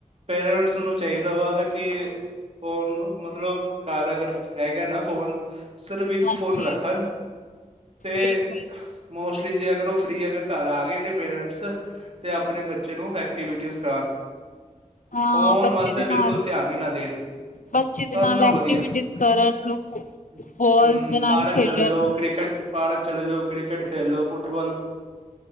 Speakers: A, on the right; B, on the left.
A: ਪੇਰੈਂਟਸ ਨੂੰ ਚਾਈਦਾ ਵਾ ਕਿ ਫੋਨ ਨੂੰ ਮਤਲਬ ਘਰ ਅਗਰ ਹੈਗਾ ਨਾ ਫੋਨ ਸਿਰਫ ਇੱਕ
B: ਹਾਂਜੀ
A: ਫੋਨ ਰੱਖਣ ਤੇ
B: ਬਿਲਕੁਲ
A: ਮੋਸਟਲੀ ਜੇ ਅਗਰ ਉਹ ਫ੍ਰਰੀ ਅਗਰ ਘਰ ਆ ਗਏ ਨੇ ਪੇਰੈਂਟਸ ਤੇ ਆਪਣੇ ਬੱਚੇ ਨੂੰ ਐਕਟੀਵਿਟੀ ਕਰਾਨ
B: ਹਾਂ
A: ਫੋਨ
B: ਬੱਚੇ
A: ਵੱਲ ਤੇ
B: ਦੇ
A: ਬਿਲਕੁਲ
B: ਨਾਲ
A: ਧਿਆਨ ਈ ਨਾ ਦੇਣ।
B: ਬੱਚੇ
A: ਸਭ
B: ਦੇ ਨਾਲ
A: ਨਾ
B: ਐਕਟੀਵਿਟੀਜ਼
A: ਵਧੀਆ ਹਂ,
B: ਕਰਨ ਬੋਲਸ
A: ਹਂ
B: ਦੇ ਨਾਲ
A: ਪਾਰਕ
B: ਖੇਲਣ
A: ਚਲੇ ਜਾਓ, ਕ੍ਰਿਕਟ ਪਾਰਕ ਚਲੇ ਜਉ ਕ੍ਰਿਕਕੇਟ ਖੇਲ ਲੋ ਫੁਟਬਾਲ